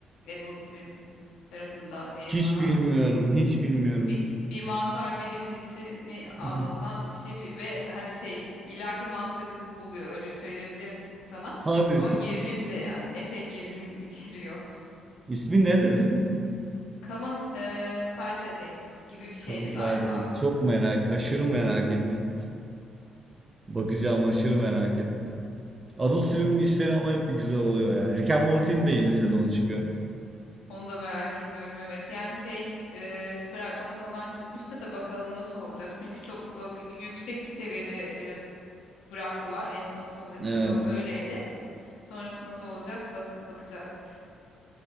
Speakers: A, on the left; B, on the right.
A: Adult Swim tarafından yayınlanan.
B: Hiç bilmiyorum, hiç bilmiyorum.
A: bir, bir mantar bilimcisini anlatan
B: <laughs>
A: bir şey bir, ve hani şey ilahi mantarı buluyor öyle söyleyebilirim sana
B: Hadi.
A: ama gerilim de yani epey gerilim <laughs> içeriyor.
B: <laughs> İsmi ne dedin?
A: Common eee, Side Effects gibi bir şeydi
B: Kanun Side
A: galiba.
B: Çok merak, aşırı merak ettim. Bakacağım, aşırı merak ettim. Adult Swim'in işleri ama hep bir güzel oluyor yani. Rick and Morty'nin de yeni sezonu çıkıyor.
A: Onu da merak ediyorum evet. Yani şey eee fragmana falan çıkmıştı da bakalım nasıl olacak. Çünkü çok e, gü- yüksek bir seviyede e, bıraktılar. En son söz-
B: Evet.
A: sezon öyleydi. Sonrası nasıl olacak bak bakacağız.